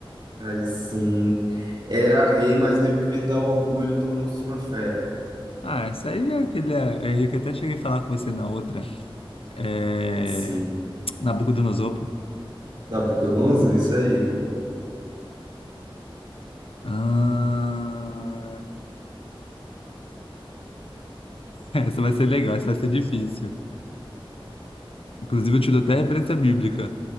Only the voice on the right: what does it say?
Aí sim. Era rei, mas devido ao orgulho tornou-se uma fera.
Sim.
Nabucodonosor, isso aí.